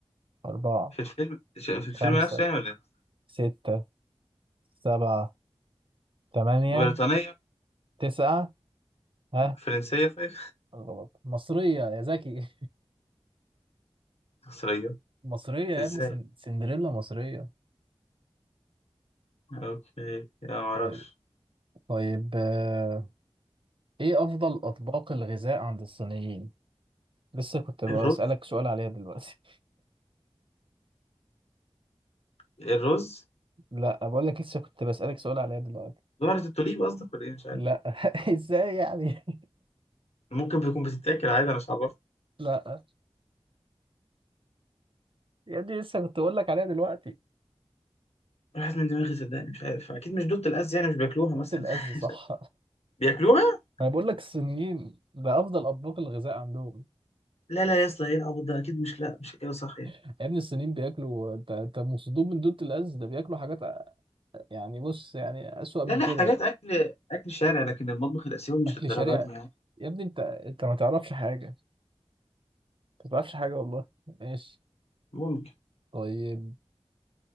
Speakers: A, on the right; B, on the left.
A: أربعة
B: في الفيلم ش- في الفيلم
A: خمسة
B: نفسه يعني ولا إيه؟
A: ستة سبعة تمانية
B: بريطانية
A: تسعة ها
B: فرنسية طيب <laughs>
A: غلط مصرية يا زكي
B: مصرية
A: <laughs> مصرية يا
B: ازاي
A: ابني سن- سندريلا مصرية
B: اوكي ما اعرفش
A: طيب طيب آه، ايه أفضل أطباق الغذاء عند الصينيين؟ لسه كنت بسألك
B: الرز
A: سؤال عليها دلوقتي
B: الرز
A: <laughs> لا بقول لك لسه كنت بسألك سؤال عليها دلوقتي
B: ظهرت التوليب قصدك ولا ايه مش عارف
A: لا <laughs> ازاي يعني
B: ممكن بيكون بتتاكل عادي انا مش عارف
A: <laughs> لا يا ابني لسه كنت بقول لك عليها دلوقتي
B: راحت من دماغي صدقني مش عارف اكيد مش دوت الاز يعني مش بياكلوها
A: جبت
B: مثلا
A: الأز
B: <laughs>
A: صح
B: مش عارف. بياكلوها
A: انا بقول لك الصينيين ده افضل اطباق الغذاء عندهم
B: لا لا يا اسطى ايه العبط ده اكيد مش لا مش كده صح يعني
A: يا ابني الصينيين بياكلوا انت انت مصدوم من دوت الاز ده بياكلوا حاجات يعني بص يعني اسوأ من
B: لا لا
A: كده
B: حاجات اكل اكل شارع لكن المطبخ الاسيوي مش
A: اكل
B: للدرجه
A: شارع
B: دي يعني
A: يا ابني انت انت ما تعرفش حاجه ما تعرفش حاجه والله ماشي
B: ممكن
A: طيب